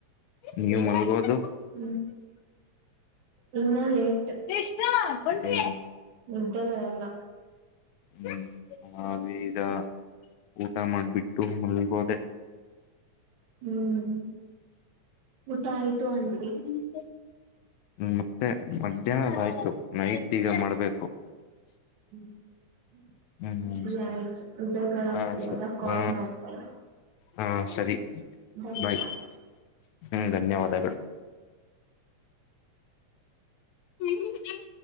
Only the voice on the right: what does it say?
ಹ್ಮ್ ಇನ್ನ ಲೇಟ್
ನಿ್ದರ <unintelligible>
ಹ್ಮ್ ಹ್ಮ್ ಊಟ ಆಯ್ತು ಅಂದರೀ
ಹ್ಮ
ಆಯ್ತು ಇದ್ರರದಾಗ
ಕಾಲ್
ಮಾಡ್ತಾ ಇ
ಧನ್ಯವಾದ.